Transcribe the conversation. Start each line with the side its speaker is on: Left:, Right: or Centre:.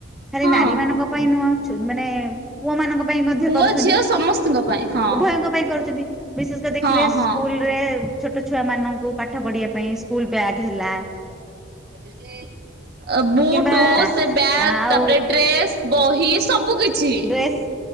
Centre: ଖାଲି
Right: ହଁ
Centre: ନାରୀମାନଙ୍କ ପାଇଁ ନୁହଁ ଛୁ ମାନେ ପୁଅମାନଙ୍କ ପାଇଁ ମଧ୍ୟ
Right: ପୁଅ
Centre: କରୁଛନ୍ତି।
Right: ଝିଅ ସମସ୍ତଙ୍କ ପାଇଁ ହଁ
Centre: ଉଭୟଙ୍କ ପାଇଁ କରୁଛନ୍ତି ବିଶେଷକରି ଦେଖିବେ
Right: ହଁ
Centre: ସ୍କୁଲରେ।
Right: ହଁ
Centre: ଛୋଟ ଛୁଆମାନଙ୍କୁ ପାଠ ପଢିବାପାଇଁ ସ୍କୁଲ ବ୍ୟାଗ ହେଲା।
Right: ଏରେ। ବୁଟୁ
Centre: କିମ୍ବା
Right: ସେ ବ୍ୟାଗ୍
Centre: ଆଉ
Right: ତାପରେ ଡ୍ରେସ ବହି ସବୁକିଛି।
Centre: ପେସ୍